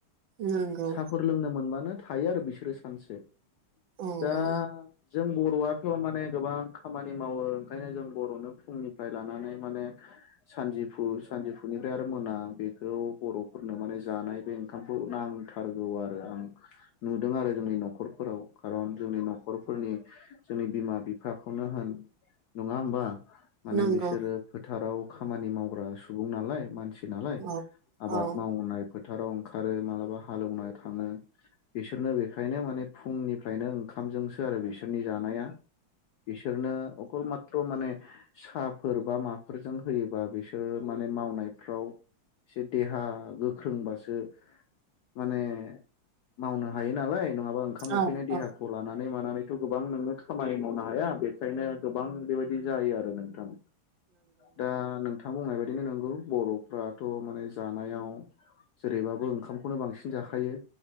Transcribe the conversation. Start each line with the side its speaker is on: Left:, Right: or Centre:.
Right: नंगौ
Left: साहाफोर लोंनो मोनबानो थायो आरो बिसोरो सानसे
Right: औ
Left: दा
Right: औ
Left: जों बर'आथ' माने गोबां खामानि मावो ओंखायनो जों बर'नो फुंनिफ्राय लानानै माने सानजिफु सानजिफुनिफ्राय आरो मोना बेखौ बर'फोरनो माने जानाय बे ओंखामखौ नांथारगौ आरो आं नुदों आरो जोंनि न'खरफोराव खारन जोंनि न'खर फोरनि जोंनि बिमा बिफाखौनो होन नङा होमबा? माने
Right: नंगौ
Left: बिसोरो फोथाराव खामानि मावग्रा सुबुं नालाय मानसि नालाय
Right: औ
Left: आबाद
Right: औ
Left: मावनाय फोथाराव ओंखारो मालाबा हालेनो थाङो बिसोरनो बेखायनो माने फुंनिफ्रायनो ओंखामजोंसो आरो बिसोरनि जानाया बिसोरनो अकल मात्र माने साहाफोर बा माफोरजों होयोबा बिसोर माने मावनायफ्राव एसे देहा गोख्रोंबासो माने मावनो हायो नालाय नङाबा ओंखाम
Right: औ
Left: उखैनाय देहाखौ
Right: औ
Left: लानानै नानै मानानैथ' गोबां नोङो खामानि मावनो हाया बेखायनो गोबां बेबायदि जायो आरो नोंथां। दा नोंथां बुंनाय बायदिनो नंगौ बर'फ्राथ' माने जानायाव जेरैबाबो ओंखामखौनो बांसिन जाखायो